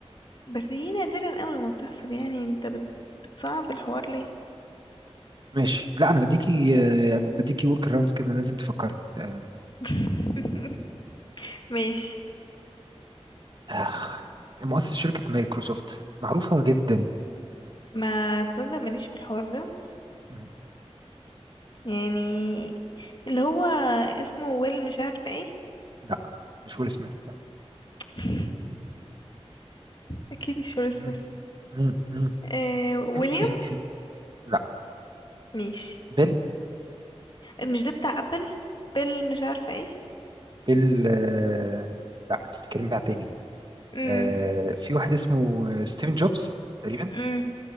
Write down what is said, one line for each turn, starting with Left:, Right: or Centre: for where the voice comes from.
Left: بس دي نادرا أوي ما بتحصل يعني انت بت- بتصعب الحوار ليه
Right: ماشي لا انا بديكي آه، بديكي ورك اراوندز كده لازم تفكري آه،
Left: <laughs> ماشي
Right: آه، مؤسس شركه مايكروسوفت معروفه جدا
Left: ما تصدق ماليش في الحوار ده
Right: مم.
Left: يعني اللي هو اسمه ويل مش عارفة ايه
Right: لا مش ويل سميث لا
Left: <laughs> اكيد مش ويل
Right: مم.
Left: سميث
Right: مم. مم.
Left: آه ويليام
Right: <coughs> لا
Left: ماشي
Right: بيل
Left: مش ده بتاع ابل بيل مش عارفة ايه
Right: بيل آه، لا انت بتتكلمي على تاني
Left: امم
Right: آه، في واحد اسمه آه، ستيفن جوبز تقريبا
Left: امم